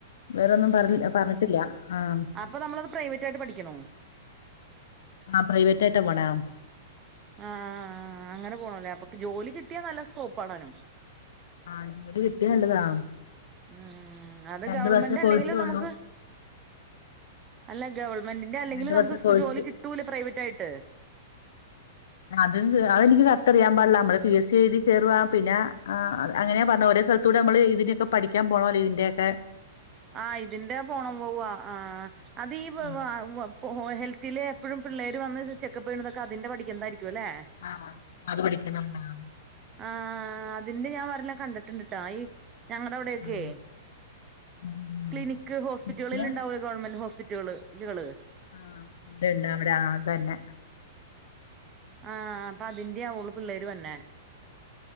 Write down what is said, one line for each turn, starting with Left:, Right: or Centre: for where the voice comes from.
Left: വേറൊന്നും പറ പറഞ്ഞിട്ടില്ല ആഹ്
Right: അപ്പ നമ്മളത് പ്രൈവറ്റായിട്ട് പഠിക്കണോ?
Left: ആഹ് പ്രൈവറ്റായിട്ടാ പോണേ ആഹ്
Right: ആഹ് ആഹ് അങ്ങനെ പോണലേ അപ്പൊ ജോലി കിട്ടിയാ നല്ല സ്കോപ്പാണാനും.
Left: ആഹ് ജോലി കിട്ടിയ നല്ലതാ
Right: ഉം അത്
Left: രണ്ട്
Right: ഗവൺമെന്റ്
Left: വർഷ
Right: അല്ലെങ്കിലും
Left: കോഴ്സേ
Right: നമുക്ക്
Left: ഉള്ളൂ
Right: അല്ല ഗവൺമെന്റിന്റെ അല്ലെങ്കിലും
Left: രണ്ട്
Right: നമുക്ക്
Left: വർഷ കോഴ്സ്
Right: ജോലി കിട്ടൂല പ്രൈവറ്റായിട്ട്
Left: അത് അത് എനിക്ക് കറക്റ്റ് അറിയാ പാടില്ല നമ്മള് പി എസ് സി എഴ്തി കേറുവാ പിന്നെ അങ്ങനെ പറ്ഞ്ഞെ ഒരേ സ്ഥല ത്തൂടെ നമ്മള് ഇതിനൊക്കെ പഠിക്കാൻ പോണോല്ലോ ഇതിന്റെ ഒക്കെ
Right: ആഹ് ഇതിന്റെ പോണം പോവവാ ആഹ് അത് ഈ <unintelligible>
Left: ഉം
Right: ഹോ ഹെൽത്തിലെ എപ്പഴും പിള്ളേര് വന്ന് ചെക്കപ്പെയ്ണതൊക്കെ അതിന്റെ പഠിക്ക്‌ന്നതായിരിക്കും ലേ
Left: ആഹ് അത് പഠിക്കന്നുണ്ടാ
Right: ആഹ് അതിന്റെ ഞാൻ ഒരെണ്ണം കണ്ടിട്ടിണ്ട്ട്ടാ ഈ ഞങ്ങൾടെ അവിടെക്കെ
Left: ഉം ഉം ഉം
Right: ക്ലിനിക്ക് ഹോസ്പിറ്റലുകളിൽ
Left: കിട്ടിയ
Right: ഉണ്ടാവുല്ലേ ഗവൺമെന്റ് ഹോസ്പിറ്റൾ ല്കള്
Left: ആഹ് അടെയൂണ്ട് അവിരെ ആ അതന്നെ
Right: ആഹ് അപ്പൊ അതിന്റെയാവും ഓള് പിള്ളേര് തന്നെ